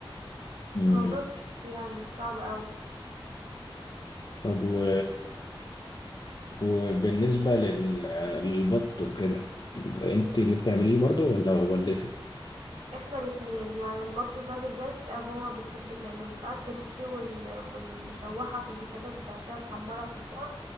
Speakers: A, on the left (about 45°); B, on the right (about 75°).
A: مم.
B: موضوع سهل يعني مش صعب قوي
A: طب و... وبالنسبة لل... للبط وكده يبقى انت اللي بتعمليه برضو ولا والدتك
B: احنا الاتنين يعني البط ده بالذات ماما بتحب تعمله ساعات بنحشيه ون... ونشوحها في البوتاجاز بتاع كده نحمرها في الفرن